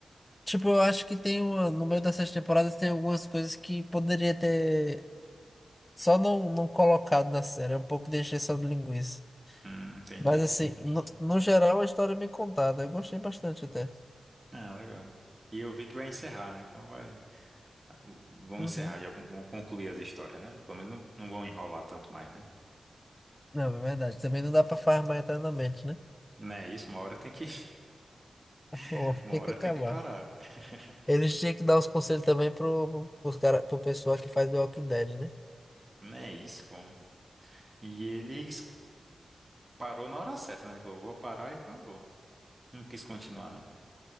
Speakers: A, on the left; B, on the right.
A: tipo, eu acho que tem uma. No meio dessas temporadas tem algumas coisas que poderia ter só não, não colocado na série. É um pouco de encheção de linguiça.
B: Hum, entendi.
A: Mas assim,
B: <laughs>
A: no, no geral, a história é bem contada. Eu gostei bastante até.
B: Ah, legal. E eu vi que vai encerrar, né? Então vai. Vão
A: Uhum.
B: encerrar de algum. Vão concluir as histórias, né? Pelo menos não, não vão enrolar tanto mais, né?
A: Não, é verdade. Também não dá pra farmar eternamente, né?
B: Não é isso, uma hora tem que, <laughs>
A: <laughs> Ou
B: uma
A: Tem
B: hora
A: que acabar.
B: tem que parar. <laughs>
A: Eles tinham que dar os conselhos também pro, pro, pros cara, pro pessoal que faz The Walking Dead, né?
B: Não é isso, pô. E ele es- parou na hora certa, né? Ele falou, vou parar e parou. Não quis continuar, não.